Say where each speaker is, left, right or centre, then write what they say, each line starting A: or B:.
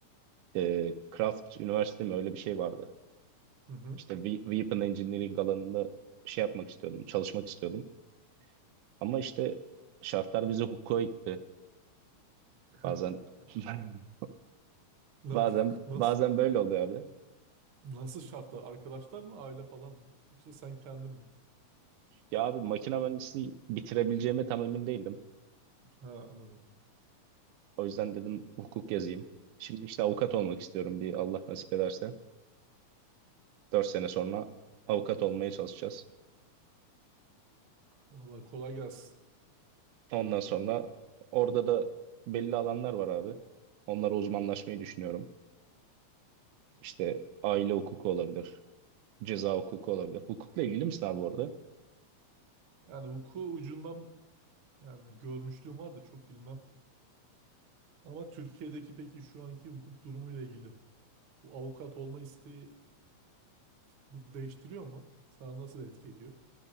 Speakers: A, on the right; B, on the right.
A: e, Craft Üniversite mi öyle bir şey vardı.
B: Hı hı.
A: İşte We- Weapon Engineering alanında şey yapmak istiyordum, çalışmak istiyordum. Ama işte şartlar bizi hukuka itti.
B: <laughs>
A: Bazen <laughs>
B: Na-
A: bazen
B: Nasıl,
A: bazen böyle oluyor abi.
B: nasıl şartlar? Arkadaşlar mı, aile falan mı? Yoksa sen kendin mi?
A: Ya abi makine mühendisliği bitirebileceğime tam emin değildim.
B: Ha, anladım.
A: O yüzden dedim hukuk yazayım. Şimdi işte avukat olmak istiyorum bir Allah nasip ederse. dört sene sonra avukat olmaya çalışacağız.
B: Vallahi kolay gelsin.
A: Ondan sonra orada da belli alanlar var abi. Onlara uzmanlaşmayı düşünüyorum. İşte aile hukuku olabilir, ceza hukuku olabilir. Hukukla ilgili misin abi orada?
B: Yani hukuku ucundan yani görmüşlüğüm var da çok bilmem. Ama Türkiye'deki peki şu anki hukuk durumuyla ilgili bu avukat olma isteği bunu değiştiriyor mu? Sana nasıl etki ediyor?